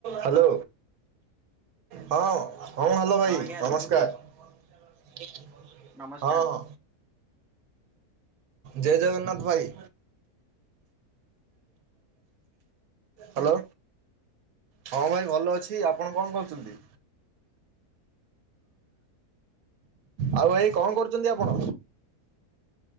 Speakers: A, on the right; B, in the centre.
A: Hello. ହଁ ହଁ hello ଭାଇ
B: ଆଜ୍ଞା
A: ନମସ୍କାର।
B: ଶୁଭୁଛି
A: ହଁ,
B: ନମସ୍କାର
A: ହଁ। ଜୟ ଜଗନ୍ନାଥ ଭାଇ। ହାଲୋ ହଁ ଭାଇ ଭଲ ଅଛି ଆପଣ କଣ କରୁଛନ୍ତି? ଆଉ ଭାଇ କଣ କରୁଚନ୍ତି ଆପଣ?